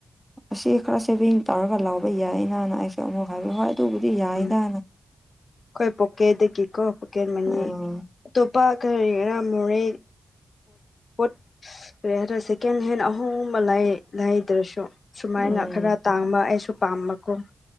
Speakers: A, in the centre; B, on the left (about 60°).
A: ꯑꯁꯤ ꯈꯔ ꯁꯦꯚꯦꯡ ꯇꯧꯔꯒ ꯂꯥꯎꯕ ꯌꯥꯏꯅꯅ ꯑꯩꯁꯦ ꯑꯃꯨꯛ ꯍꯥꯏꯕꯤꯌꯨ ꯍꯣꯏ ꯑꯗꯨꯕꯨꯗꯤ ꯌꯥꯏꯗꯅ
B: ꯎꯝ ꯑꯩꯈꯣꯏ ꯄꯀꯦꯗꯒꯤꯀꯣ ꯄꯀꯦꯠ ꯃꯅꯤ
A: ꯎꯝ
B: ꯑꯇꯣꯞꯄ ꯀꯔꯤ ꯒꯤꯔ ꯃꯣꯔꯦ ꯄꯣꯠ ꯀꯔꯤ ꯍꯥꯏꯗꯔ ꯁꯦꯀꯦꯟ ꯍꯦꯟ ꯑꯍꯣꯡꯕ ꯂꯩꯗ꯭ꯔꯁꯨ꯫ ꯁꯨꯃꯥꯏꯅ
A: ꯎꯝ
B: ꯈꯔ ꯇꯥꯡꯕ ꯑꯩꯁꯨ ꯄꯥꯝꯕꯀꯣ꯫